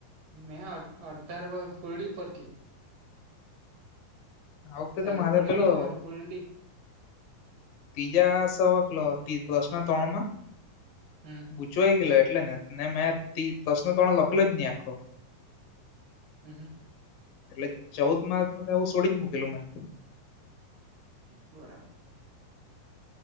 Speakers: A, on the right; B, on the left.
A: મે અઢાર વા ફૂરડી ઉપરથી.
B: આ વખતે
A: તારે
B: મારે
A: ફૂલડી
B: પીલો
A: નહી પણ મારે ફૂલડી
B: ત્રીજા <unintelligible> પ્રશ્ન ત્રણ માં.
A: હમ્મ.
B: ગૂંચવા ગેલો એટલે નેને મેં તી પ્રશ્ન ત્રણ લખેલો જ નહી આખો
A: હમ્મ અહ
B: એટલે ચૌદ માર્ક નું તો આવું છોડી જ મૂકેલું મેં
A: બરાબ